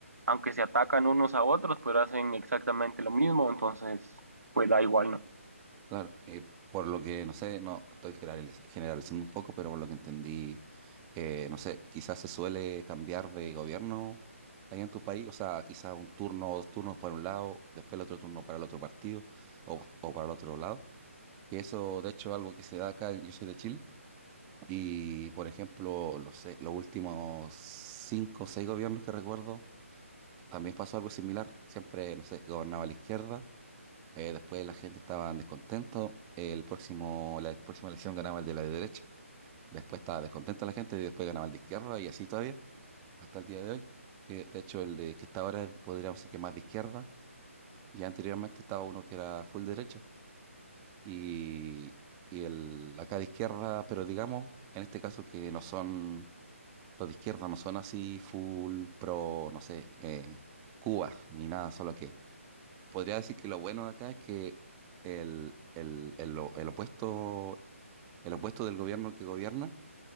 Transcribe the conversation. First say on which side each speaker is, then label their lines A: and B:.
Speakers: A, on the right (about 85°); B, on the right (about 15°).
A: aunque se atacan unos a otros pues hacen exactamente lo mismo, entonces pues da igual, ¿no?
B: Claro, eh, por lo que, no sé, no estoy generaliz- generalizando un poco, pero por lo que entendí, eh, no sé, quizás se suele cambiar de gobierno ahí en tu país, o sea, quizás un turno o dos turnos para un lado, después el otro turno para el otro partido o, o para el otro lado. Y eso, de hecho, es algo que se da acá, yo soy de Chile, y por ejemplo, los, se- los últimos cinco o seis gobiernos que recuerdo, también pasó algo similar, siempre, no sé, gobernaba la izquierda eh, después la gente estaba descontento. El próximo, la próxima elección ganaba el de la derecha. Después estaba descontenta la gente y después ganaba el de izquierda y así todavía hasta el día de hoy. Que de hecho el de que está ahora es, podríamos decir que más de izquierda y anteriormente estaba uno que era full derecha y, y el acá de izquierda, pero digamos en este caso que no son los de izquierda no son así full pro, no sé, eh, Cuba ni nada, solo que podría decir que lo bueno de acá es que el, el- el o- el opuesto, el opuesto del gobierno que gobierna